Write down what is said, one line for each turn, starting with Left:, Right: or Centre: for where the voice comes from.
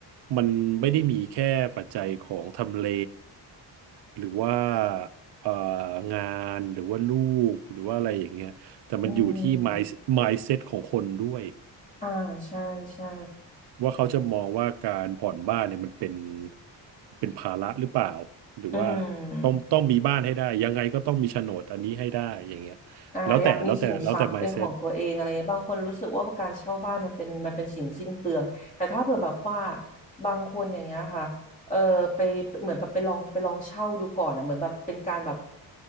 Right: มันไม่ได้มีแค่ปัจจัยของทำเลหรือว่าเอ่องานหรือว่าลูกหรือว่าอะไรอย่างเงี้ยแต่มันอยู่ที่
Left: อืม
Right: mind mindset ของคนด้วย
Left: อ่าใช่ใช่
Right: ว่าเขาจะมองว่าการผ่อนบ้านเนี่ยมันเป็นเป็นภาระหรือเปล่าหรือว่า
Left: อืม
Right: ต้องต้องมีบ้านให้ได้ยังไงก็ต้องมีโฉนดอันนี้ให้ได้อย่างเงี้ย
Left: อ่าอยากมีสินทรัพย์เป็นของตัวเองอะไรเงี้ยบางคนรู้สึกว่าการเช่าบ้านมันเป็นมันเป็นสิ่งสิ้นเปลืองแต่ถ้าเผื่อแบบว่า
Right: แล้วแต่แล้วแต่แล้วแต่ mindset
Left: บางคนอย่างเงี้ยค่ะเออไปเหมือนแบบไปลองไปลองเช่าดูก่อนอ่ะเหมือนแบบเป็นการแบบ